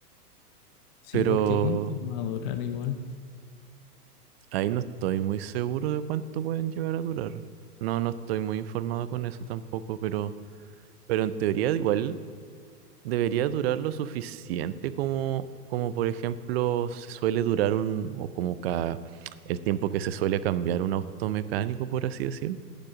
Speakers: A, on the left; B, on the right.
A: sí,
B: pero
A: porque ¿cuánto va a durar igual?
B: ahí no estoy muy seguro de cuánto pueden llegar a durar. No, no estoy muy informado con eso tampoco, pero, pero en teoría igual debería durar lo suficiente como, como por ejemplo se suele durar un, o como cada, el tiempo que se suele cambiar un auto mecánico, por así decir.